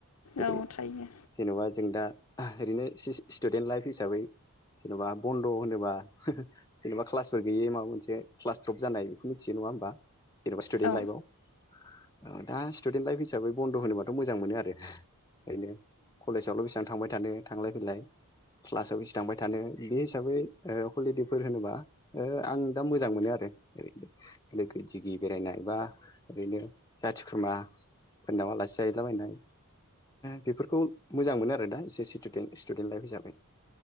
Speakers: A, on the left; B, on the left.
A: जेरै
B: औ थायो
A: जेन'बा जों दा ओरैनो स्टुदेन्ट लाइफ हिसाबै जेन'बा बन्द' होनोबा जेन'बा क्लासफोर गैयै माबा मोनसे क्लास द्रब जानाय बेखौ मिथियो नङा होमबा जेनबा स्टुदेन
B: औ
A: लाइफआव दा स्टुदेन लाइफ हिसाबै बन्द' होनोबाथ' मोजां मोनो आरो ओरैनो कलेजावल' बेसेबां थांबाय थानो थांलाय फैलाय क्लासाव बेसे थांबाय थानो बे हिसाबै हलिदे फोर होनोबा ओ आं दा मोजां मोनो आरो ओरैनो लोगो दिगि बेरायनाय बा ओरैनो जाथि खुरुमाफोरनाव आलासि जाहैलाबायनाय बेफोरखौ मोजां मोनो आरो दा एसे स्टुदेन लाइफ हिसाबै